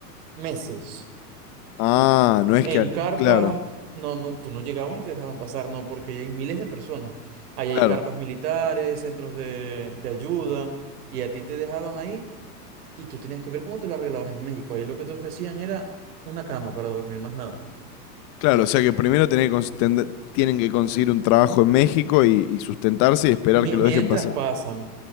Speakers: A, on the right (about 65°); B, on the left (about 35°).
A: meses.
B: Ah, no es
A: En
B: que... al-
A: carpas,
B: Claro,
A: no, no, tú no llegabas y te dejaban pasar, no, porque ahí hay miles de personas. Ahí hay
B: claro,
A: carpas militares, centros de, de ayuda, y a ti te dejaban ahí y tú tenías que ver cómo te lo arreglabas en México. Ahí lo que te ofrecían era una cama para dormir, más nada.
B: claro. O sea que primero tenés que cons- tende- tienen que conseguir un trabajo en México y, y sustentarse y esperar
A: Mi-
B: que lo
A: Mientras
B: dejen pasar.
A: pasan,